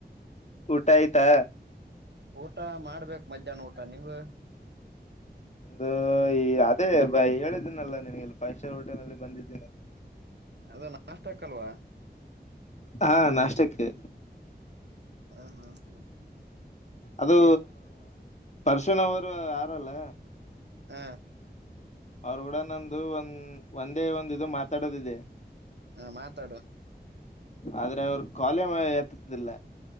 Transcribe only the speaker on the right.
ಊಟ ಮಾಡ್ಬೇಕ್ ಮಧ್ಯಾಹ್ನ ಊಟ ನಿಮ್ಮದು
ಅದು ನಷ್ಟಕ್ಕೆ ಅಲ್ವಾ
ಹ ಹಾ ಹಾ
ಹ್ಮ
ಹಾ ಮಾತಾಡು